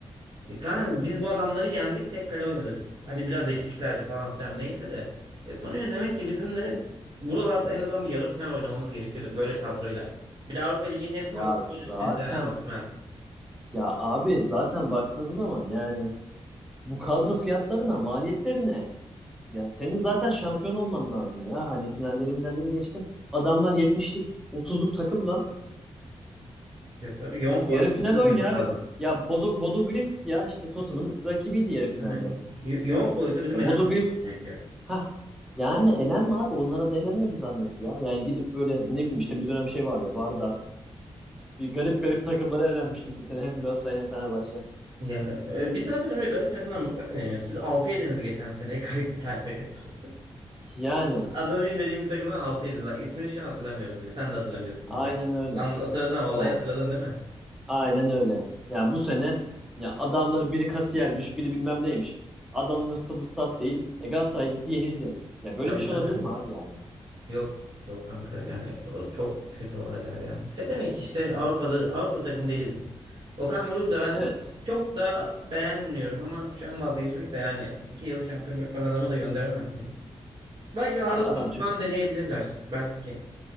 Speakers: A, on the right; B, in the centre.
A: E kanka biz bu adamları yendik tek kale oynadık. Hadi biraz eksiklerdi falan filan neyse de. E sonuçta demek ki bizim de buralarda en azından bir yarı final oynamamız gerekiyordu böyle kadroyla. Bir de Avrupa Ligi'nin en pahalı
B: Ya
A: futbolcusu
B: zaten
A: bizde ha Osman.
B: Ya abi zaten baktığın zaman yani bu kadro fiyatlarına, maliyetlerine ya senin zaten şampiyon olman lazım ya. Hani finalleri minalleri geçtim. Adamlar 70'lik otuzluk takımla
A: Ya tabii Young Boys'a
B: yarı final
A: elenmemesi
B: oynuyor abi.
A: lazım.
B: Ya Bodo, Bodo Glimt ya işte Tottenham'ın rakibiydi yarı finalde.
A: Aynen. Y- Young Boys'a bizim
B: Ya
A: elenmemesi
B: Bodo Glimt
A: gerekiyor.
B: ha yani elenme abi onlara da elenme bir zahmet ya. Yani gidip böyle ne bileyim işte bir dönem şey vardı Vardar. Bir garip garip takımlara elenmiştik bir sene hem Galatasaray hem Fenerbahçe.
A: Ya e, biz zaten öyle garip takımdan mutlaka yeniyoruz. Siz 6 yediniz geçen sene <laughs> garip bir tane takım tatlı.
B: Yani
A: Adını bilmediğim bir takımdan 6 yediniz. Bak ismini şu an hatırlamıyorum bile. Sen de hatırlamıyorsundur
B: aynen
A: belki.
B: öyle.
A: Anla- Hatırladın ama olayı
B: Yani
A: hatırladın değil mi?
B: Aynen öyle. Yani bu sene ya adamları biri kasiyermiş, biri bilmem neymiş. Adamların stadı stat değil. E Galatasaray gitti yenildi. Ya böyle
A: Tabii
B: bir şey
A: tabii.
B: olabilir mi abi yani?
A: Yok yok kanka yani o çok kötü olaylar ya. Ne demek işte Avrupa'da Avrupa takımı değiliz biz. Okan Buruk'u da ben
B: Evet.
A: çok da beğenmiyorum ama şu an vazgeçmek de yani iki yıl şampiyon yapan adamı da gönderemezsin. Belki bir
B: Abi
A: Arda
B: adam
A: Turan
B: Türkiye.
A: falan deneyebilirler belki.